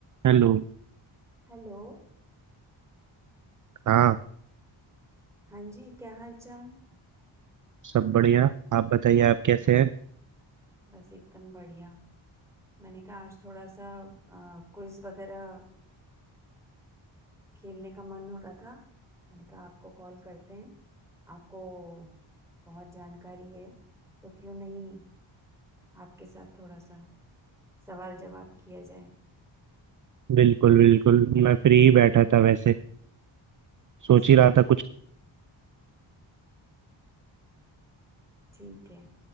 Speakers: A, on the right; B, in the centre.
A: Hello
B: Hello
A: हाँ
B: हाँ जी क्या हाल चाल
A: सब बढ़िया आप बताइए आप कैसे हैं
B: बस एकदम बढ़िया मैंने कहा आज थोड़ा सा क्विज वगैरह खेलने का मन हो रहा था मैंने कहा आपको कॉल करते हैं आपको बहुत जानकारी है तो क्यों नहीं आपके साथ थोड़ा सा सवाल जवाब किया जाए
A: बिल्कुल बिल्कुल मैं फ्री ही बैठा था वैसे सोच
B: ठीक
A: ही रहा था कुछ
B: ठीक है